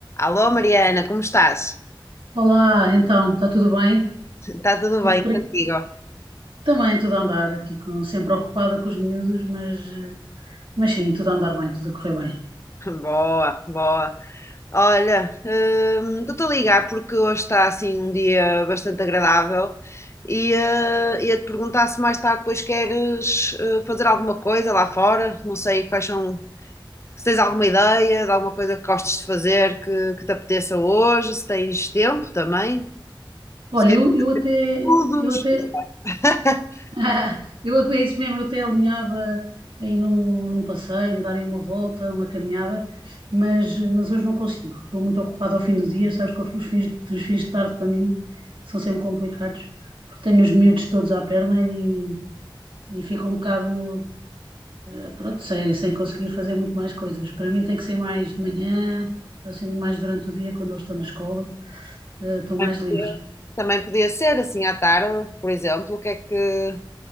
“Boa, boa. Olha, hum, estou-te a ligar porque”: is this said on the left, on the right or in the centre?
Left